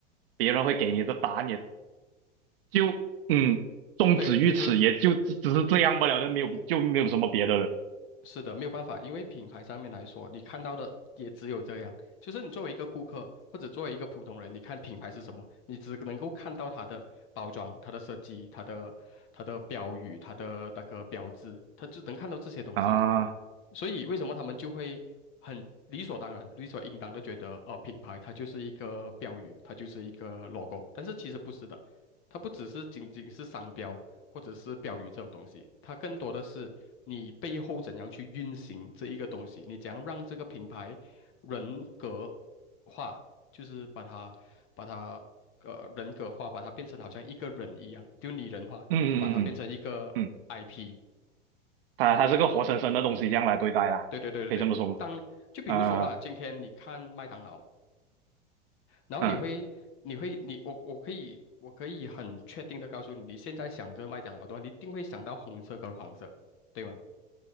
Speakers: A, on the right; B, on the left.
A: 别人会给你的答案也就嗯，终止于此，
B: 对，就是。
A: 也就只只是这样不了的，没有就没有什么别的了
B: 是的，没有办法，因为品牌上面来说，你看到的也只有这样。就是你作为一个顾客，或者作为一个普通人，你看品牌是什么，你只能够看到它的包装、它的设计、它的它的标语、它的那个标志，它只能看到这些东西。
A: 啊。
B: 所以为什么他们就会很理所当然、理所应当的觉得，呃，品牌它就是一个标语，它就是一个 logo，但是其实不是的，它不只是仅仅是商标或者是标语这种东西，它更多的是你背后怎样去运行这一个东西，你怎样让这个品牌人格化，就是把它把它呃人格化，把它变成好像一个人一样，就拟人化，
A: 嗯嗯
B: 把它变成一个
A: 嗯嗯，嗯
B: IP。
A: 他它是个活生生的东西，这样来对待啦，
B: 对对对对对，
A: 可以这么说吗？
B: 当就比如说啦，
A: 啊
B: 今天你看麦当劳，然后你会你会你我我可以我可以很确定的告诉你，
A: 嗯
B: 你现在想着麦当劳的话，你一定会想到红色跟黄色，对吗？